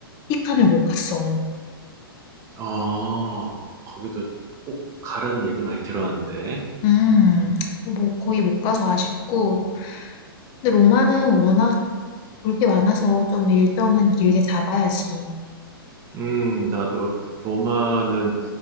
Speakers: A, on the left; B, on the right.
A: 티칸을 못 갔어.
B: 어, 거기도 꼭 가라는 얘기 많이 들었는데.
A: 음, 뭐 거의 못 가서 아쉽고. 근데 로마는 워낙 볼 게 많아서 좀 일정은 길게 잡아야지.
B: 음, 나도 로마는